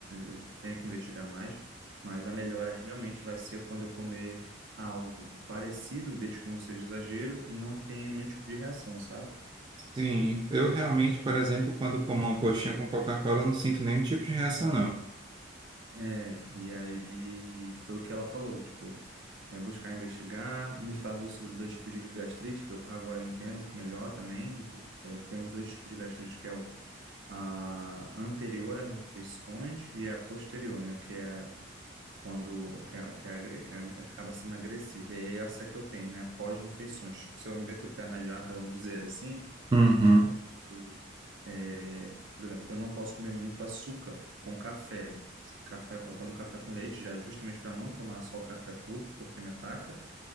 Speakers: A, on the right; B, on the right.
A: eu tenho que investigar mais, mas a melhora realmente vai ser quando eu comer algo parecido, desde que não seja exagero e não tenha nenhum tipo de reação, sabe?
B: Sim, eu realmente, por exemplo, quando como uma coxinha com Coca-Cola, não sinto nenhum tipo de reação, não.
A: É, e aí foi o que ela falou, tipo, é buscar investigar. Me falou sobre os dois tipos de gastrite, que eu agora entendo que melhor também. É, tem os dois tipos de gastrite, que é o, a anterior às refeições e a posterior, né? Que é quando que, é- que é agre- a- acaba sendo agressiva. E é essa que eu tenho, né? Pós-refeições. Tipo, Se eu meto o pé na jaca, vamos dizer assim,
B: Uhum.
A: de comer é, por exemplo, eu não posso comer muito açúcar com café. Se Café, eu tomo café com leite já justamente para não tomar só o café puro, porque me ataca.